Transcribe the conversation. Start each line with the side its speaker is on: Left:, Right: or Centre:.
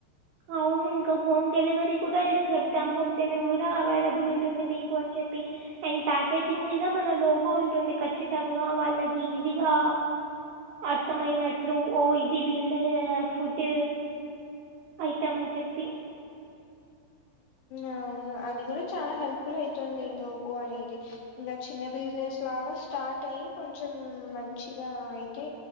Right: అవును ఇంకా హోమ్ డెలివరీ కూడా ఇచెద్దం హోమ్ డెలివరీ అవైలబుల్ ఉంటుంది మీకు అని చెప్పి అండ్ ప్యాకేజింగ్ మీద మన లోగో ఉంటుంది ఖచ్చితంగా వాళ్ళకిజీగా అర్థమయినట్లు ఓ ఇది వీళ్ళ ఫుడ్ ఐటమ్ అని చెప్పి ఆ
Left: ఆ అవును అది కూడా చాలా హెల్ప్ఫుల్ అయితుంది లోగో అనేది ఇంగ చిన్న బిజినెస్ లాగా స్టార్ట్ అయ్యి కొంచం మంచిగా అయితే